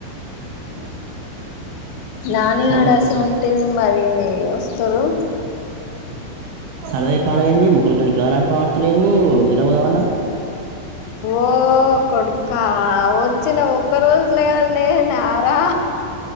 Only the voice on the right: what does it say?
<unintelligible>
సరదా
సరదవి పాడైంది ముక్కలకిగాలి ఆడతలేదు నిద్ర పోదామన్నా